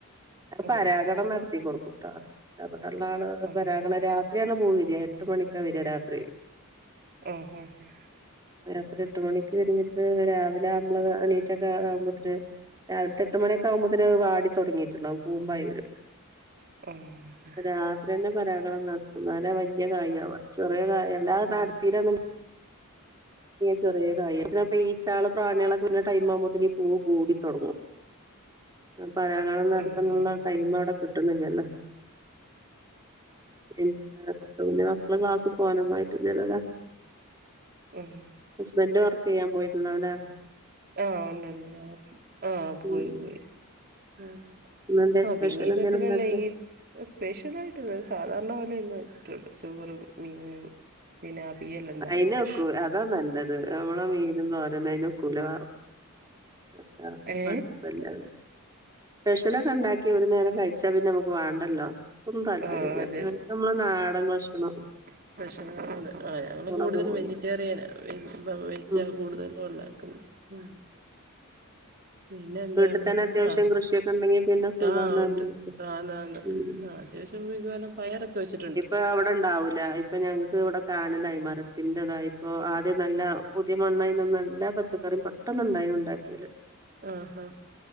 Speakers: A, on the right (about 45°); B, on the right (about 15°).
A: ഉം
B: പരാഗണം നടത്തി കൊടുക്കുട്ടോ ഇവിട്ള്ളാള്
A: ഉം
B: പരാഗണ
A: ഉം
B: രാ രാത്രിയാണ് പോയി വര എട്ട് മണിക്കാ വര രാത്രി
A: ആഹ് ആഹ്
B: രാത്രി എട്ട് മണിക്ക് കഴിഞ്ഞിട്ട് രാവിലെ നമ്മള് എണീറ്റൊക്ക ആവുമ്പത്തിന് രാവിൽത്തെ എട്ടുമണിയൊക്കാവുമ്പത്തിന് അത് വാടി തൊടങ്ങീട്ട്ണ്ടാവും കൂമ്പായി വരും
A: ആഹ്
B: രാത്രിയെന്നെ പരാഗണം നടത്തും ഇന്നാല വല്യ കായ് ആവ ചെറിയ കായ എല്ലാ നടത്തീലാ
A: അത്
B: ചെറിയതായി അതിലിപ്പൊ ഈച്ചള് പ്രാണികളക്കെ പിന്നെ ടൈം ആവുമ്പോത്തേനീ പൂവ് പൂടി തൊ ടങ്ങും പരാഗണം നടത്താനുള്ള
A: ഉം ഉം
B: ടൈം അവിടെ കിട്ട്ണില്ലല്ലോ പിന്നെ മക്കള് പിന്നെ മക്കള ക്ലാസ്സി പോകാനൊന്നായിട്ടില്ലല്ലോ അല്ലെ
A: ഉം
B: ഹസ്ബൻഡ് വർക്കെയ്യാൻ പോയിട്ടുണ്ടാവല്ലെ
A: ആഹ് ഒണ്ടണ്ട് ആഹ് പോയി
B: ഉം
A: പോയി ആഹ്
B: ഇന്നെന്തേ
A: ആഹ്
B: സ്പെഷ്യൽ
A: പിന്നെ ഇതൊക്കെ
B: എന്തേലും ഉണ്ടാക്കിയോ
A: തന്നെ ഈ സ്പെഷ്യൽ ആയിട്ട് ഇല്ല സാധാരണ പോലെ ഇന്ന് വെച്ച് ചോറും മീനും പിന്നെ അവിയലുണ്ടായിരുന്നു
B: അയിനൊക്കു അതാ നല്ലത് അമ്മള മീനും തോരനും അയിനൊ ക്കൂലാ <unintelligible>
A: ഏ
B: സ്പെഷ്യലൊക്കെ ഒണ്ടാക്കി ഒരു നേരം കഴിച്ചാ പിന്നെ നമുക്ക് വേണ്ടല്ലോ ഇനിക്കൊന്നും താല്പര്യല്ല
A: ആ അത്
B: എനിക്ക് നമ്മളെ നാടൻ ഭക്ഷണം
A: <unintelligible> ആഹ് ഞങ്ങള്
B: കൂടെ
A: കൂടുതലും
B: പോവൂല
A: വെജിറ്റേറിയനാ വെജ്ജാ
B: ഉം
A: കൂടുതലും ഒണ്ടാക്കുന്നെ ഉം പിന്നെ എന്താണ്
B: വീട്ടിൽ തന്നെ അത്യാവശ്യം
A: ആഹ്
B: കൃഷിയൊക്കെ ഉണ്ടെങ്കി പിന്നെ സുഖാണ്
A: ആഹ് ണ്ട്
B: നമുക്ക്
A: ആന്ന് ആന്ന്
B: ഉം
A: അത്യാവശ്യം - ഇതുപോല പയറിട്ട് വെച്ചിട്ടുണ്ട്
B: ആഹ് ഇവിടെ ഒണ്ടാവൂല ഇപ്പൊ ഞങ്ങക്ക് ഇവിട കാനലായി മരത്തിന്റെതായപ്പൊ ആദ്യം നല്ല പുതിയ മണ്ണായി നിന്നാ എല്ലാ പച്ചക്കറിയും പെട്ടെന്നുണ്ടായിതു ഉണ്ടാക്കിയത്
A: ആഹ് ആഹ്